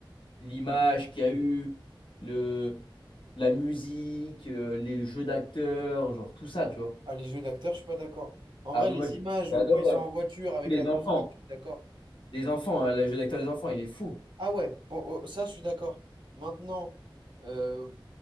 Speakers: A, on the left (about 70°); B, on the right (about 70°).
A: l'image qu'il y a eu, le, la musique, euh, les jeux d'acteurs, genre tout ça, tu vois.
B: Ah, les jeux d'acteurs, je suis pas d'accord. En
A: Ah,
B: vrai,
A: mais
B: les
A: moi, je-
B: images,
A: j'ai
B: oh,
A: adoré.
B: quand ils sont
A: hein.
B: en voiture avec
A: Tous les
B: la musique,
A: enfants.
B: je suis d'accord.
A: Les enfants, hein, le jeu d'acteur des enfants, il est fou.
B: Ah ouais, pour- oh, ça, je suis d'accord. Maintenant, euh,